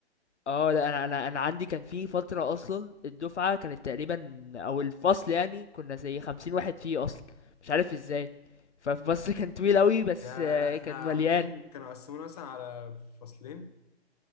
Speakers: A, on the left; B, on the left.
A: آه، لأ أنا أنا أنا عندي كان في فترة أصلًا الدفعة كانت تقريبًا أو الفصل يعني كنا زي 50 واحد فيه أصلًا، مش عارف إزاي، فالفصل كان طويل أوي بس
B: يا
A: آه،
B: لا احنا
A: كان مليان،
B: ممكن كانوا قسمونا مثلا على فصلين